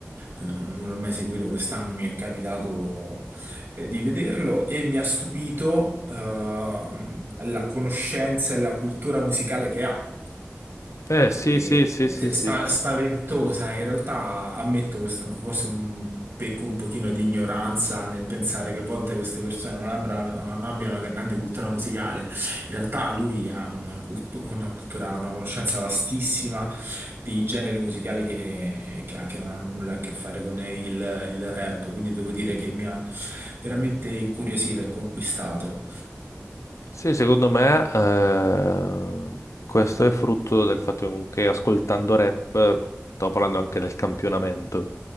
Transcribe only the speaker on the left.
Eh sì,
sì, sì,
sì, sì.
Sì, secondo me eh, questo è frutto del fatto che comunque ascoltando rap, stavo parlando anche del campionamento,